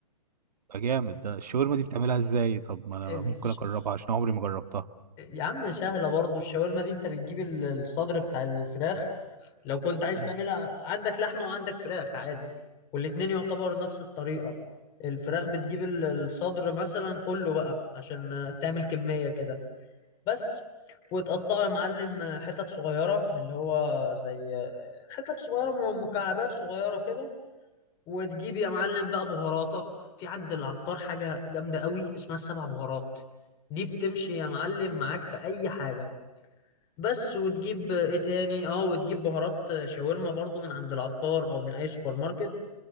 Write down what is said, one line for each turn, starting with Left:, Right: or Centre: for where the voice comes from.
Right: يبقى جامد ده الشاورما دي بتعملها ازاي طب ما انا
Left: ال...
Right: ممكن اجربها عشان عمري ما جربتها
Left: يا عم سهلة برضو الشاورما دي انت بتجيب ال- الصدر بتاع الفراخ لو كنت عايز
Right: مم.
Left: تعملها عندك لحمة وعندك فراخ عادي والاتنين يعتبر نفس الطريقة الفراخ بتجيب ال- الصدر مثلا كله بقى عشان آه، تعمل كمية كده بس وتقطعه يا معلم آه، حتت صغيرة اللي هو زي آه، حتت صغيرة م- مكعبات صغيرة كده وتجيب يا معلم بقى بهاراتك في عند العطار حاجة جامدة قوي اسمها السبع بهارات دي بتمشي يا معلم معاك في أي حاجة بس وتجيب ايه تاني اه وتجيب بهارات شاورما برضو من عند العطار او من اي سوبر ماركت